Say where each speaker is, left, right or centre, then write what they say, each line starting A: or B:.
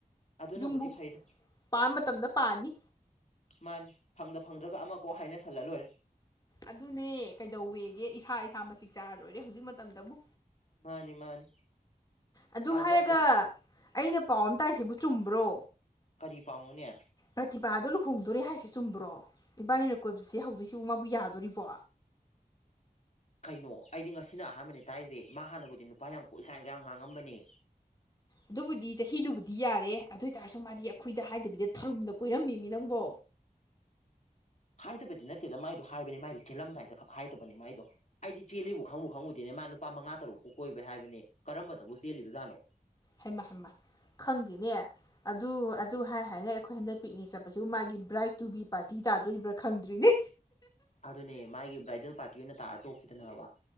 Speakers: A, on the left; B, on the left.
A: ꯑꯗꯨꯅꯕꯨꯗꯤ
B: ꯌꯨꯝꯕꯨ
A: ꯐꯩꯗ
B: ꯄꯥꯟ ꯃꯇꯝꯗ ꯄꯥꯟꯅꯤ
A: ꯃꯥꯅꯤ ꯐꯪꯗ ꯐꯪꯗ꯭ꯔꯒ ꯑꯃ ꯀꯣꯛ ꯍꯥꯏꯅ ꯁꯜꯂꯥ ꯂꯣꯏꯔꯦ
B: ꯑꯗꯨꯅꯦ ꯀꯩꯗꯧꯋꯦꯒꯦ ꯏꯁꯥ ꯏꯁꯥ ꯃꯇꯤꯛ ꯆꯥꯔꯥ ꯂꯣꯏꯔꯦ ꯍꯨꯖꯤꯛ ꯃꯇꯝꯗꯕꯨ
A: ꯃꯥꯅꯤ ꯃꯥꯅꯤ
B: ꯑꯗꯨ
A: ꯑꯗꯣ
B: ꯍꯥꯏꯔꯒ
A: ꯍꯧꯖꯤꯛ
B: ꯑꯩꯅ ꯄꯥꯎ ꯑꯃ ꯇꯥꯏꯁꯤꯕꯨ ꯆꯨꯝꯕ꯭ꯔꯣ
A: ꯀꯔꯤ ꯄꯥꯎꯅꯣꯅꯦ
B: ꯔꯥꯇꯤꯄꯥꯗꯣ ꯂꯨꯍꯣꯡꯗꯣꯔꯦ ꯍꯥꯏꯁꯤ ꯆꯨꯝꯕ꯭ꯔꯣ ꯏꯕꯥꯅꯤꯅ ꯀꯣꯏꯕꯁꯦ ꯍꯧꯗꯣꯏꯁꯤꯕꯨ ꯃꯥꯕꯨ ꯌꯥꯗꯣꯔꯤꯕꯣ
A: ꯀꯩꯅꯣ ꯑꯩꯗꯤ ꯉꯁꯤꯅ ꯑꯍꯥꯟꯕꯅꯦ ꯇꯥꯏꯔꯤꯁꯦ ꯃꯥ ꯍꯥꯟꯅꯕꯨꯗꯤ ꯅꯨꯄꯥ ꯌꯥꯝ ꯀꯣꯛꯀꯥꯏꯅ ꯉꯥꯡꯉꯝꯕꯅꯦ
B: ꯑꯗꯨꯕꯨꯗꯤ ꯆꯍꯤꯗꯨꯕꯨꯗꯤ ꯌꯥꯔꯦ ꯑꯗꯨ ꯑꯣꯏꯇꯥꯔꯁꯨ ꯃꯥꯗꯤ ꯑꯩꯈꯣꯏꯗ ꯍꯥꯏꯗꯕꯤꯗ ꯊꯔꯨꯝꯗ ꯀꯣꯏꯔꯝꯃꯤꯅꯦ ꯅꯪꯕꯣ
A: ꯍꯥꯏꯗꯕꯗꯤ ꯅꯠꯇꯦꯗ ꯃꯥꯏꯗꯣ ꯍꯥꯏꯕꯅꯤ ꯃꯥꯏꯗꯤ ꯊꯤꯜꯂꯝꯗꯥꯏꯗ ꯈꯛ ꯍꯥꯏꯗꯕꯅꯤ ꯃꯥꯏꯗꯣ ꯑꯩꯗꯤ ꯆꯦꯜꯂꯤꯕꯨ ꯈꯪꯕꯨ ꯈꯪꯉꯨꯗꯦꯅꯦ ꯃꯥ ꯅꯨꯄꯥ ꯃꯉꯥ ꯇꯔꯨꯛꯄꯨ ꯀꯣꯏꯕ ꯍꯥꯏꯕꯅꯦ ꯀꯔꯝꯗꯕꯨ ꯆꯦꯜꯂꯤꯕꯖꯥꯠꯅꯣ
B: ꯍꯩꯃ ꯍꯩꯃ ꯈꯪꯗꯦꯅꯦ ꯑꯗꯨ ꯑꯗꯨ ꯍꯥꯏ ꯍꯥꯏꯅ ꯑꯩꯈꯣꯏ ꯍꯟꯗꯛ ꯄꯤꯛꯅꯤꯛ ꯆꯠꯄꯁꯤꯕꯨ ꯃꯥꯒꯤ ꯕ꯭ꯔꯥꯏꯗ ꯇꯨꯒꯤꯕꯤ ꯄꯥꯔꯇꯤ ꯇꯥꯗꯣꯔꯤꯕ꯭ꯔꯥ ꯈꯪꯗ꯭ꯔꯤꯅꯦ
A: ꯑꯗꯨꯅꯦ ꯃꯥꯒꯤ ꯕ꯭ꯔꯥꯏꯗꯦꯜ ꯄꯥꯔꯇꯤ ꯑꯣꯏꯅ ꯇꯥꯔ ꯇꯣꯛꯈꯤꯗꯅꯕ